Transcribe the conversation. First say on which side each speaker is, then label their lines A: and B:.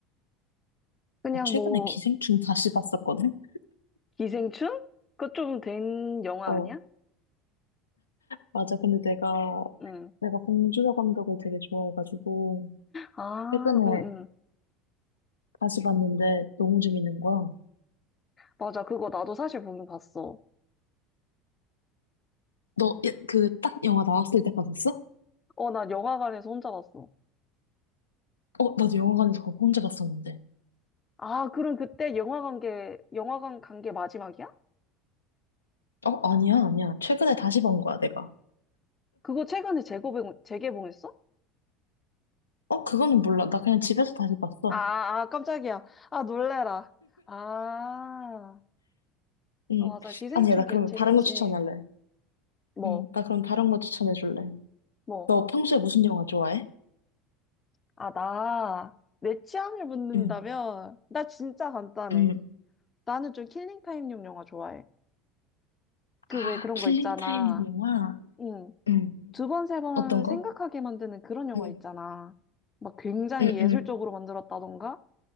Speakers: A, on the left; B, on the left.
A: 그냥
B: 나 최근에
A: 뭐,
B: 기생충 <laughs> 다시 봤었거든?
A: 기생충? 그거 좀 된 영화
B: 어,
A: 아니야?
B: 맞아. 근데 내가,
A: 응.
B: 내가 봉준호 감독을 되게 좋아해가지고,
A: 아,
B: 최근에
A: 응, 응.
B: 다시 봤는데 너무 재밌는 거야.
A: 맞아. 그거 나도 사실 보긴 봤어.
B: 너, 예, 그, 딱 영화 나왔을 때 봤었어?
A: 어, 나 영화관에서 혼자 봤어.
B: 어, 나도 영화관에서 그거 혼자 봤었는데.
A: 아, 그럼 그때 영화관 게, 영화관 간 게 마지막이야?
B: 어, 아니야, 아니야. 최근에 다시 본 거야, 내가.
A: 그거 최근에 재개봉, 재개봉했어?
B: 어, 그거는 몰라. 나 그냥 집에서 다시 봤어.
A: 아, 아, 아, 깜짝이야. 아, 놀래라. 아.
B: 응.
A: 아, 맞아. 기생충
B: 아니야, 나
A: 괜
B: 그러면
A: 재밌지.
B: 다른 거 추천할래.
A: 뭐,
B: 응, 나 그럼 다른 거 추천해 줄래?
A: 뭐.
B: 너 평소에 무슨 영화 좋아해?
A: 아, 나, 내 취향을 묻는다면,
B: 응,
A: 나 진짜 간단해.
B: 응
A: 나는 좀 킬링타임용 영화 좋아해. 그
B: 아,
A: 왜 그런
B: 킬링
A: 거 있잖아.
B: 타임 영화?
A: 응.
B: 응.
A: 두 번, 세 번
B: 어떤
A: 생각하게
B: 거?
A: 만드는 그런 영화
B: 응
A: 있잖아. 막 굉장히
B: 응응
A: 예술적으로 만들었다던가?